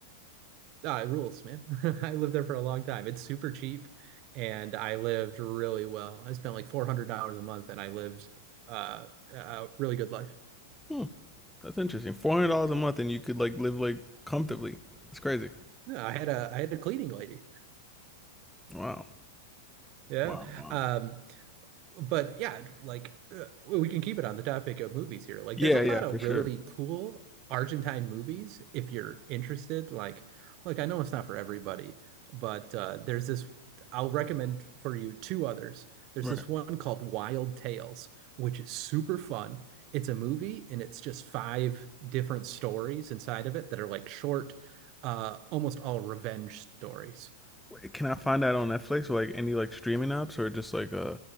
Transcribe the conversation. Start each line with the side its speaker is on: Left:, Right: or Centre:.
Right: Ah, it rules, man. <laughs> I lived there for a long time. It's super cheap and I lived really well. I spent like $400 a month and I lived uh, a really good life.
Centre: Hmm, that's interesting. Four hundred dollars a month, and you could like live like comfortably. That's crazy.
Right: Yeah, I had a I had a cleaning lady.
Centre: Wow,
Right: Yeah.
Centre: wow, wow.
Right: Um, but yeah, like uh, we can keep it on the topic of movies here. Like,
Centre: Yeah,
Right: there's a lot
Centre: yeah,
Right: of
Centre: for sure.
Right: really cool Argentine movies if you're interested. Like, like I know it's not for everybody, but uh, there's this. I'll recommend for you two others. There's
Centre: Right.
Right: this one called Wild Tales, which is super fun. It's a movie, and it's just five different stories inside of it that are like short, uh, almost all revenge stories.
Centre: Wait, Can I find that on Netflix or like any like streaming apps, or just like uh,